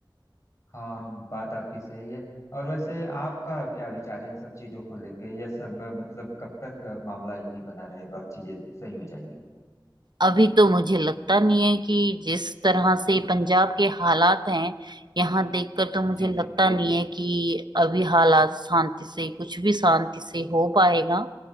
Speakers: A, on the left; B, on the right.
A: हाँ बात आपकी सही है और वैसे आपका क्या विचार है इन सब चीजों को लेके यह सब अ, मतलब कब तक अ, मामला यूं ही बना रहेगा और चीजें सही हो जाएंगी
B: अभी तो मुझे लगता नहीं है कि जिस तरह से पंजाब के हालात हैं यहाँ देखकर तो मुझे
A: जी
B: लगता
A: जी
B: नहीं है कि अभी हालात शांति से कुछ भी शांति से हो पाएगा